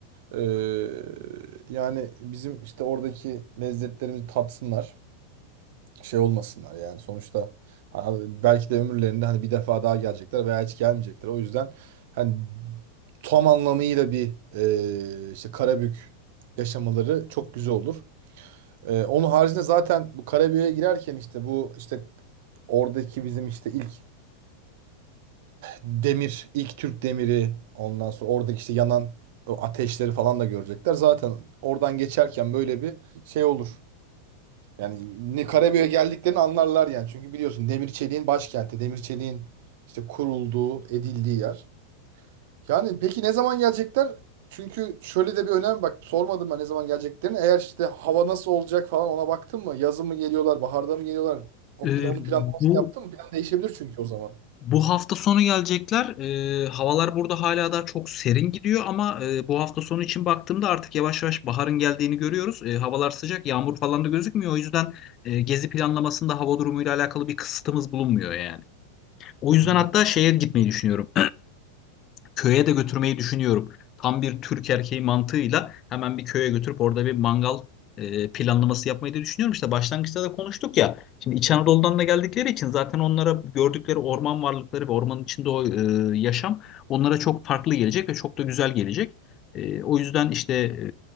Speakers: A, on the right (about 50°); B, on the left (about 30°).
A: Ee, yani bizim işte oradaki lezzetlerimizi tatsınlar. Şey olmasınlar yani sonuçta ha, belki de ömürlerinde hani bir defa daha gelecekler veya hiç gelmeyecekler. O yüzden hani tam anlamıyla bir e, işte Karabük yaşamaları çok güzel olur. Ee, onun haricinde zaten bu Karabük'e girerken işte bu işte oradaki bizim işte ilk demir, ilk Türk demiri ondan sonra oradaki işte yanan o ateşleri falan da görecekler. Zaten oradan geçerken böyle bir şey olur. Yani ne Karabük'e geldiklerini anlarlar yani. Çünkü biliyorsun demir çeliğin başkenti, demir çeliğin işte kurulduğu, edildiği yer. Yani peki ne zaman gelecekler? Çünkü şöyle de bir önem bak sormadım ben ne zaman geleceklerini. Eğer işte hava nasıl olacak falan ona baktın mı? Yazın mı geliyorlar, baharda mı geliyorlar? O
B: E,
A: plan, onun planlamasını
B: bu
A: yaptın mı? Plan değişebilir çünkü o zaman.
B: Bu hafta sonu gelecekler. Ee, havalar burada hala da çok serin gidiyor ama e, bu hafta sonu için baktığımda artık yavaş yavaş baharın geldiğini görüyoruz. Ee, havalar sıcak, yağmur falan da gözükmüyor. O yüzden e, gezi planlamasında hava durumuyla alakalı bir kısıtımız bulunmuyor yani. O yüzden
A: Hmm.
B: hatta şeye gitmeyi düşünüyorum. Köye de götürmeyi düşünüyorum. Tam bir Türk erkeği mantığıyla hemen bir köye götürüp orada bir mangal e, planlaması yapmayı da düşünüyorum. İşte başlangıçta da konuştuk ya. Şimdi İç Anadolu'dan da geldikleri için zaten onlara gördükleri orman varlıkları ve ormanın içinde o e, yaşam onlara çok farklı gelecek ve çok da güzel gelecek. E, o yüzden işte e,